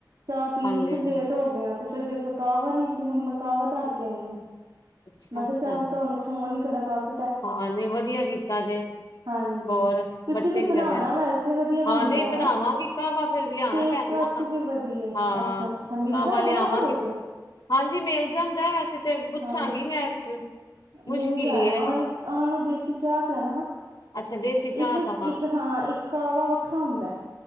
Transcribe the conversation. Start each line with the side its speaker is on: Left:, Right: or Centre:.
Right: ਚਾਹ ਪੀਣੀ
Left: ਹਾਂਜੀ,
Right: ਚ
Left: ਹਾਂਜੀ
Right: ਲੇਟ ਹੋ ਗਿਆ। ਤੇ ਫਿਰ ਦੇਖਿਆ ਕਾਹਵਾ ਨੀ ਸੀ ਹੁਣ ਮੈਂ ਕਾਹਵਾ ਧਾਰ ਕੇ ਆਈ ਹਾਂ।
Left: ਅੱਛਾ,
Right: ਮ ਕਿਹਾ
Left: ਅੱਛਾ
Right: ਚਲ ਤੁਹਾਨੂੰ ਫੋਨ ਕਰ ਕਫੀ <inaudible>
Left: ਹਾਂ ਜ ਵਧੀਆ ਕੀਤਾ ਜੇ
Right: ਹਾਂਜੀ
Left: ਹੋਰ
Right: ਤੁਸੀਂ
Left: ਬੱਚੇ
Right: ਵੀ
Left: ਕੀ
Right: ਬਣਾਉਣਾ
Left: ਕਦੇ
Right: ਵੈਸੇ ਵਧੀਆ ਬਣਦਾ
Left: ਹਾਂ ਨਹੀਂ
Right: ਹੈ
Left: ਬਣਾਵਾਂਗੀ
Right: ਨਾ
Left: ਘਾਹਵਾ ਫੇਿਰ ਲਿਆਣਾ
Right: ਸਿਹਤ
Left: ਪੈਣਾ ਨਾ
Right: ਵਾਸਤੇ
Left: ਵਾ
Right: ਵੀ ਵਧੀਆ
Left: ਹਾਂ
Right: ਅੱਛਾ ਅੱਛਾ ਮਿਲ
Left: ਘਾਹਵਾ
Right: ਜਾਂਦਾ
Left: ਲਿਆਵਾਂਗੇ
Right: ਨਾ ਤੁਹਾਡੇ ਇੱਧਰੋਂ
Left: ਹਾਂਜੀ ਮਿਲ ਜਾਂਦਾ ਵੈਸੇ ਤੇ ਪੁੱਛਾਂਗੀ
Right: ਹਾਂ
Left: ਮੈਂ ਇੱਕ ਮੁਸ਼ਕਿਲ
Right: ਮਿਲ ਜਾਏਗਾ
Left: ਹੀ ਹੈ
Right: ਉਹਨਾਂ
Left: ਹਾਂ।
Right: ਨੂੰ ਉਹਨਾਂ ਨੂੰ ਦੇਸੀ ਚਾਹ ਕਹਿਣਾ ਨਾ
Left: ਅੱਛਾ ਦੇਸੀ ਚਾਹ
Right: ਇੱਕ
Left: ਕਵਾਂ
Right: ਇੱਕ ਹਾਂ ਇੱਕ ਕਾਹਵਾ ਵੱਖਰਾ ਹੁੰਦਾ